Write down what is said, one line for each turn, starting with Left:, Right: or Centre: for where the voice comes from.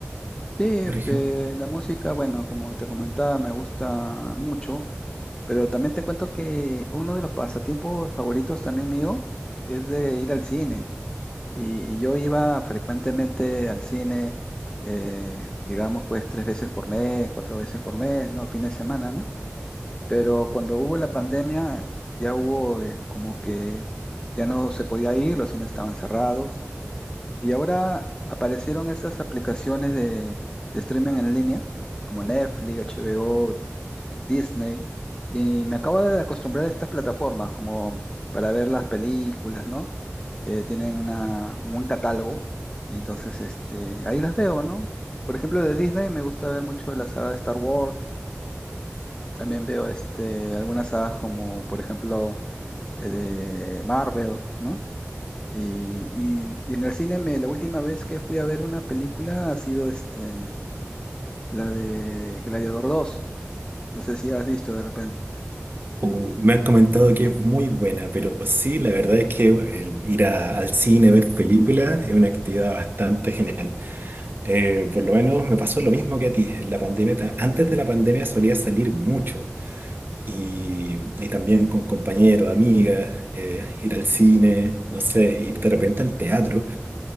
Left: Sí,
Right: por
Left: este,
Right: ejemplo.
Left: la música, bueno, como te comentaba, me gusta mucho, pero también te cuento que uno de los pasatiempos favoritos también mío es de ir al cine. Y, y yo iba frecuentemente al cine, eh, digamos, pues tres veces por mes, cuatro veces por mes, ¿no? Fin de semana, ¿no? Pero cuando hubo la pandemia, ya hubo eh, como que ya no se podía ir, los cines estaban cerrados. Y ahora aparecieron esas aplicaciones de, de streaming en línea, como Netflix, HBO, Disney, y me acabo de acostumbrar a estas plataformas como para ver las películas, ¿no? Eh, tienen una, un buen catálogo, y entonces este, ahí las veo, ¿no? Por ejemplo, de Disney me gusta ver mucho la saga de Star Wars, también veo este, algunas sagas como, por ejemplo, eh, de Marvel, ¿no? Y, y- y en el cine me, la última vez que fui a ver una película ha sido este, la de Gladiador dos No sé si has visto de repente.
Right: O me han comentado que es muy buena, pero sí, la verdad es que el ir a- al cine, ver películas, es una actividad bastante genial. Eh, por lo menos me pasó lo mismo que a ti. En la pandemia, ta- antes de la pandemia solía salir mucho y, y también con compañeros, amigas, eh, ir al cine, no sé, ir de repente al teatro.